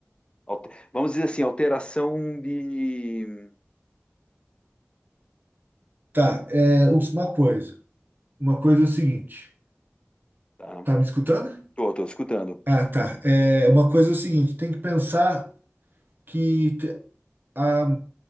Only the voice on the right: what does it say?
tá. É uma coisa. Uma coisa é o seguinte.
Tá me escutando?
Ah, tá. É, uma coisa é o seguinte, tem que pensar que te- a,